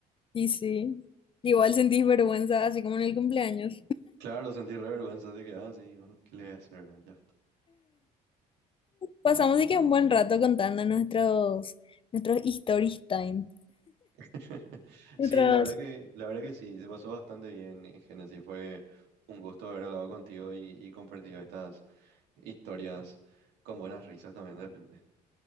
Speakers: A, on the left; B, on the right.
A: Y sí, igual sentí vergüenza, así como en el cumpleaños.
B: Claro, sentí re vergüenza de que, ah, sí, bueno, ¿qué le voy a hacer? verdad? Ya está.
A: Pasamos y que un buen rato contando nuestros, nuestros stories time,
B: <laughs>
A: nuestros
B: Sí, la verdad que, la verdad que sí, se pasó bastante bien, eh, Génesis. Fue un gusto haber hablado contigo y, y compartido estas Historias con buenas risas también depende.